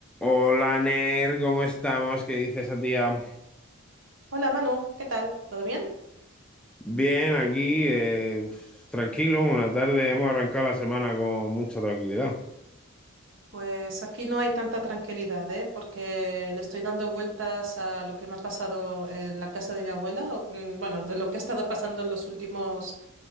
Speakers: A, in the centre; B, on the right.
A: Hola, Ner, ¿cómo estamos? ¿Qué dice esa tía?
B: Hola Manu, ¿qué tal? ¿Todo bien?
A: Bien, aquí, eh, uf, tranquilo, una tarde hemos arrancado la semana con mucha tranquilidad.
B: Pues aquí no hay tanta tranquilidad, ¿eh? Porque le estoy dando vueltas a lo que me ha pasado en la casa de mi abuela, o, mm, bueno, de lo que ha estado pasando en los últimos